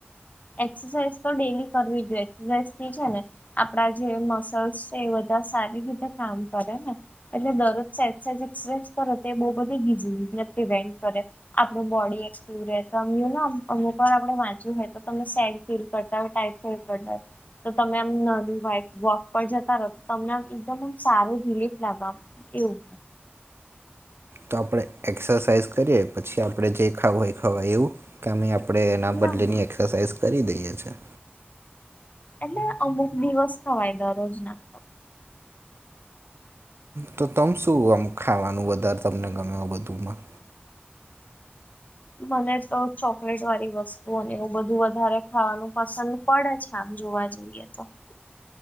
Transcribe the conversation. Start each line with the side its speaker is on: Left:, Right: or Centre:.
Left: એક્સરસાઇઝ તો ડેલી કરવી જોઈએ એક્સરસાઇઝ થી છે ને. આપડા જે મસલ્સ છે એ બધા સારી રીતે કામ કરે ને એટલે દરરોજ સેન્સીખ્સ કરો બહું બધી ગીચ ઈવેન્ટ કરે આપણું બોડી એકટીવ તો રહે ને અમુક વાર આપડે વાંચવ્યું હોય તો તમે સેડ ફીલ કરતા હતા તે તો તમે આમ નાનું વાક વોક પર જતા રહો તો તમને આ એકમ સાર રિલીફ લાગવા એવું.
Right: તો આપણે એક્સરસાઇઝ કરીએ પછી આપણે જે ખાવું એય ખવા એવું? કે અમે આપણે એના
Left: ના
Right: બદલેની એક્સરસાઇઝ કરી દઈએ છીએ.
Left: એટલે અમુક દિવસ ખવાય દરરોજ ના.
Right: તો તમ શું આમ ખાવાનું વધારે તમને ગમે બધુંમાં?
Left: મને તો ચોકલેટ વાળી વસ્તુઓને એવું બધું વધારે ખાવાનું પસંદ પડે છે આમ જોવા જઈએ. <unintelligible>